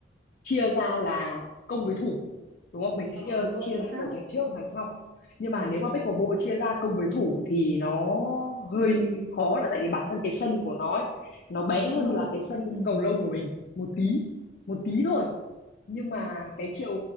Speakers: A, on the left; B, on the right.
A: chia ra là công với thủ đúng không mình sẽ
B: Ờ
A: ờ,
B: đúng rồi
A: chia
B: chính
A: ra
B: xác
A: một thằng trước một thằng sau nhưng
B: đúng
A: mà nếu
B: rồi
A: mà pickleball chia ra công với thủ thì nó hơi khó là tại vì bản thân cái sân của nó ấy, nó bé
B: nó ngắn
A: hơn
B: hơn
A: là cái sân
B: ừ.
A: cầu lông của mình một tí một tí thôi nhưng mà
B: Ừ.
A: cái chiều